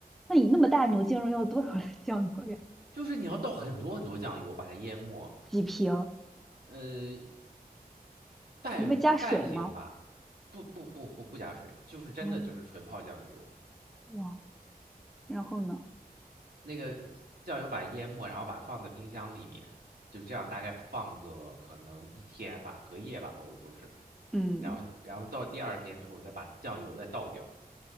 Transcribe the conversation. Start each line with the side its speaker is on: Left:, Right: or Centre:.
Centre: 那你那么大牛腱肉要多少的 <laughs> 酱油呀？
Right: 就是你要倒很多很多酱油把它淹没，
Centre: 几瓶？
Right: 呃，半半瓶吧，
Centre: 你会加水吗？
Right: 不不不不不加水，就是真的就是纯泡酱油，
Centre: 哦，哇，然后呢？
Right: 那个酱油把淹没，然后把它放在冰箱里面，就这样大概放个可能一天吧，隔夜吧，或者说是，
Centre: 嗯，
Right: 然后然后到第二天之后，你再把酱油再倒掉，